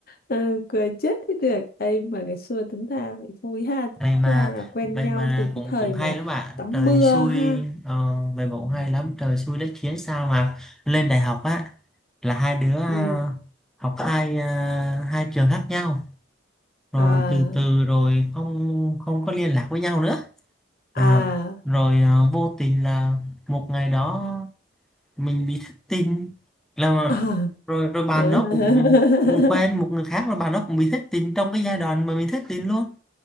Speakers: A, on the left; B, in the centre.
A: ừ, cười chết thế được Ê mà ngày xưa tính ra vậy vui ha tính
B: vậy mà
A: ra là quen
B: vậy
A: nhau
B: mà
A: từ
B: cũng
A: cái thời
B: cũng hay
A: mà
B: lắm bạn
A: tắm
B: trời
A: mưa
B: xui
A: ha
B: ờ, vậy mà cũng
A: ừ.
B: hay lắm trời xui đất khiến sao mà lên đại học á là hai đứa ờ,
A: Ừ.
B: học hai ờ, hai trường khác nhau rồi
A: à
B: từ từ rồi không không có liên lạc với nhau nữa à,
A: à
B: rồi ờ, vô tình là một ngày đó mình bị thất tình là
A: à
B: rồi rồi bạn
A: <laughs>
B: đó cũng cũng quen một người khác rồi bạn đó cũng bị thất tình trong cái giai đoạn mà mình thất tình luôn